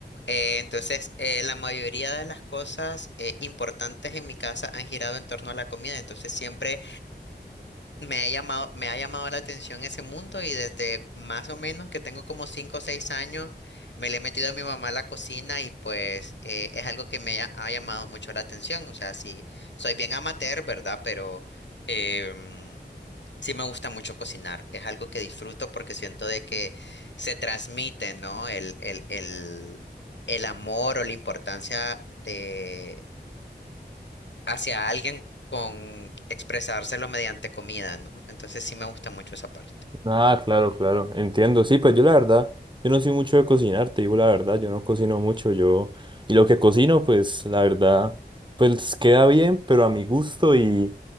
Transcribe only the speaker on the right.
Ah, claro, claro, entiendo. Sí, pues yo la verdad, yo no soy mucho de cocinar, te digo la verdad, yo no cocino mucho, yo, y lo que cocino, pues la verdad, pues queda bien, pero a mi gusto y,